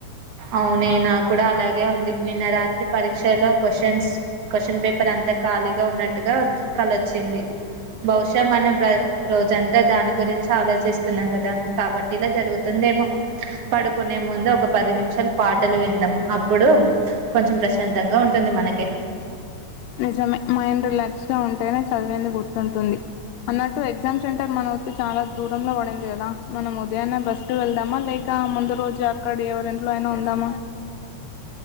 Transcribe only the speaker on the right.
అవునే నాక్కూడా అలా ఉంది నిన్న రాత్రి పరీక్షలో క్వశ్చన్స్ క్వశ్చన్ పేప్ <unintelligible> అంత ఖాళీగా ఉన్నట్టుగా కలొచ్చింది బహుస మనం ప్ర రోజంతా దాని గురించే ఆలోచిస్తున్నాం కదా కాబట్ ఇలా జరుగుతుందేమో పడుకునే ముందు ఒక పది నిమిష పాటలు విందాం అప్పుడు కొంచెం ప్ర శాంతంగా ఉంటుంది మనకే